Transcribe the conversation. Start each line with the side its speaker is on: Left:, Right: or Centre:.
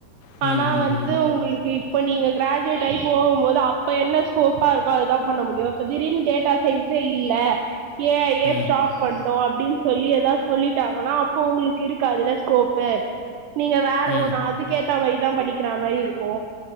Left: ம்,
Right: ஆனா
Left: ம்,
Right: வந்து
Left: ம்.
Right: உங்களுக்கு இ ப்ப நீங்க கிராஜுவேட் ஆயி போகும்போது அப்ப என்ன ஸ்கோப்பா இருக்கோ அதுதா பண்ண முடியு இப்ப திடீர்னு டேட்டா சயன்ஸே இல்ல ஏ ஐ யே
Left: ம்,
Right: ஸ்டாப் பண் ட்டோ அப்டின்னு சொல்லி எதாவது சொல்லிட்டாங்கன்னா அப்போ உங்களுக்கு இருக்காதுல்ல ஸ்கோப்பு நீங்க வேற
Left: ம்.
Right: ஒண்ணு அதுக்கேத்தா மாரி தா படிக்கிறா மாரி இருக்கு